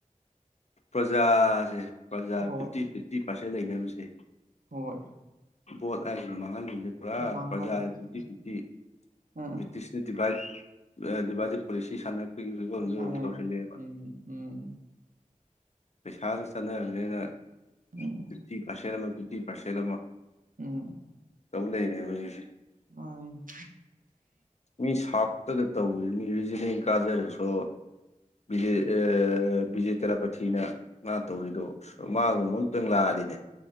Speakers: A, on the left; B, on the right.
A: ꯄ꯭ꯔꯖꯥꯁꯦ ꯄ꯭ꯔꯖꯥ
B: ꯍꯣꯏ
A: ꯐꯤꯐꯇꯤ ꯐꯤꯐꯇꯤ ꯄꯥꯔꯁꯦꯟ ꯂꯩꯅꯕꯁꯦ
B: ꯍꯣꯏ
A: ꯕꯣꯠ ꯍꯥꯏꯁꯤꯅ ꯃꯥꯡꯍꯜꯂꯤꯁꯦ ꯄꯨꯔꯥ
B: ꯃꯥꯡꯍꯜ
A: ꯄ꯭ꯔꯖꯥꯒꯤ ꯐꯤꯐꯇꯤ ꯐꯤꯐꯇꯤ
B: ꯑꯥ
A: ꯕ꯭ꯔꯤꯇꯤꯁ ꯗꯤꯚꯥꯏ ꯑꯦ ꯗꯤꯚꯥꯏꯗꯤ ꯄꯨꯣꯂꯤꯁꯤ ꯁꯥꯟꯅꯕꯒꯤ ꯐꯤꯕꯝꯗ
B: ꯆꯥꯟꯅꯔꯦ
A: ꯑꯗꯨꯝ ꯇꯧꯁꯤꯜꯂꯑꯦꯕ
B: ꯎꯝ ꯎꯝ
A: ꯄꯩꯁꯥꯗ ꯆꯠꯅꯔꯕꯅꯤꯅ
B: ꯎꯝ
A: ꯐꯤꯐꯇꯤ ꯄꯥꯔꯁꯦꯟ ꯑꯃ ꯐꯤꯐꯇꯤ ꯄꯥꯔꯁꯦꯟ ꯑꯃ
B: ꯎꯝ
A: ꯇꯧ ꯂꯩꯔꯦ ꯃꯣꯏꯁꯦ
B: ꯎꯝ
A: ꯃꯤ ꯁꯥꯎꯇꯒ ꯇꯧꯋ ꯃꯤ ꯔꯤꯖꯅꯦꯜ ꯀꯥꯖꯔꯁꯨ ꯕꯤꯖꯦ ꯑ ꯕꯤꯖꯦ ꯊꯥꯔꯥꯄꯇꯤꯅ ꯃꯥ ꯇꯧꯔꯤꯗꯣ ꯃꯥꯒꯨꯝꯕ ꯑꯝꯇꯪ ꯂꯥꯛꯑꯗꯤꯅꯦ